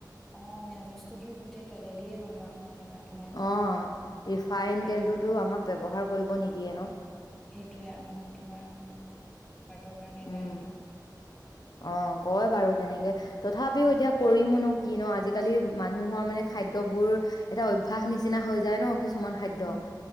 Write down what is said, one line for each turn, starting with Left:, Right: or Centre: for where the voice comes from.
Centre: অ মেইনিছটো গোটেই তেলে দিয়ে বনোৱা হয় ধৰা। তোমাৰ
Left: অ ৰিফাইন
Centre: তেল
Left: তেলটোতো আমাক ব্যৱহাৰ কৰিব নিদিয়ে ন।
Centre: সেইটোৱে মানে তোমাৰ পেটৰ কাৰণে
Left: উম
Centre: বেয়া যে।
Left: অ কয় বাৰু তেনেকে তথাপিও
Centre: উম
Left: এতিয়া কৰিমনো কি ন আজিকালি মানুহৰ মানে খাদ্য বোৰ এটা অভ্যাস নিচিনা হৈ যায় ন কিছু কিছুমান খাদ্য
Centre: উম